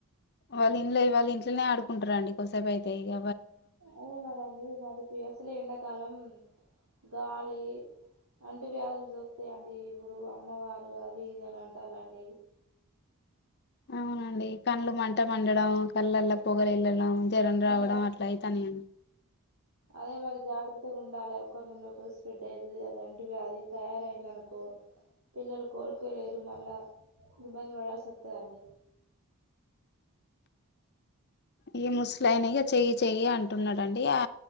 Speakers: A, on the left; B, on the right.
A: వాళ్ళ ఇంట్లో వాళ్ళ ఇంట్లోనే ఆడుకుంటార అండి కొసేపు అయితే ఇగ
B: అదే మరి అండి వాళ్లకి అసలే ఎండాకాలం గాలి అంటూ వ్యాధులు సోకుతాయిండి ఇప్పుడు అమ్మవారు అది ఇది అని అంటాలండి
A: అవునండి కళ్ళలు మంట మండడం కళ్ళల్లో పొగలు ఎల్లడం జరం రావడం
B: ఆ
A: అట్ల అయితన అండి
B: అదే మరి జాగ్రత్తగా ఉండాలే ఒకరి నుండి ఒకరు స్ప్రెడ్ అయి అది అంటూ వ్యాధి తయారయ్యిందనుకో పిల్లలు కోలుకోలేరు మల్ల ఇబ్బంది పడాల్సి వస్తుందండి
A: ఈ ముసలయినా ఇక చెయ్యి చెయ్యి అంటున్నాడుండి ఆ